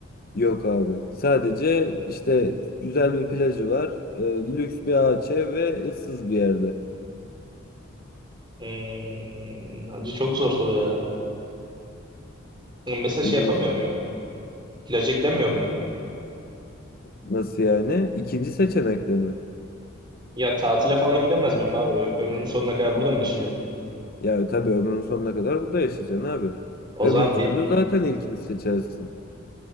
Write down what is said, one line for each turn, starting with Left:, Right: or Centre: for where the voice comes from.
Left: Yok abi. Sadece işte güzel bir plajı var, e, lüks bir ağaç ev ve ıssız bir yerde.
Right: Hmm, hacı çok zor soru ya. Hmm, Mesela şey
Left: Günümüz
Right: yapamıyor muyum? Plaja gidemiyor muyum?
Left: nasıl yani? İkinci seçenekte mi?
Right: Ya tatile falan gidemez miyim abi? Ö- Ömrümün sonuna kadar burada mı yaşayacağım?
Left: Ya tabii ömrünün sonuna kadar burada yaşayacaksın abi.
Right: O
Left: Öbür
Right: zaman
Left: türlü
Right: bir,
Left: zaten ilkini seçersin.